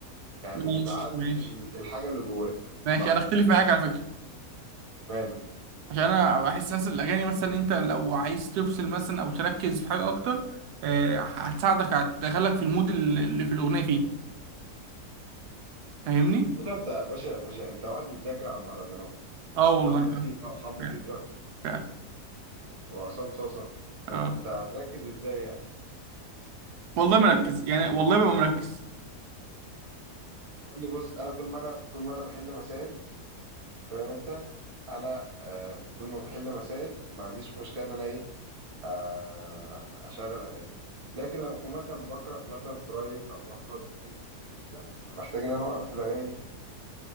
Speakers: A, on the right (about 45°); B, on the right (about 75°).
A: يعني
B: ماشي
A: بتعزز
B: ماشي
A: ال- الحاجه اللي جواك
B: ماشي
A: صح
B: أنا أختلف معاك على فكرة
A: اشمعنى
B: عشان أنا بحس مثلا الأغاني مثلا أنت لو عايز تفصل مثلا أو تركز في حاجة أكتر آه، هتساعدك هتدخلك في المود اللي اللي في الأغنية فيه
A: مم.
B: فاهمني
A: باشا انت باشا باشا انت وقت بتذاكر على مهرجانات
B: اه والله
A: حمو الطيخه
B: اه
A: وحمو
B: فعلا
A: بيكا
B: فعلا
A: وعصام صاصه انت
B: اه
A: انت هتركز ازاي يعني
B: والله مركز يعني والله ببقى مركز
A: يا ابني بص انا طول ما انا طول ما انا بحل مسائل فاهم انت انا آه طول ما بحل مسائل ما عنديش مشكله ان انا ايه آه اشغل اغاني لكن لما اكون مثلا بقرا مثلا سلايد او بحفظ حاجه لا محتاج ان انا اوقف الاغاني دي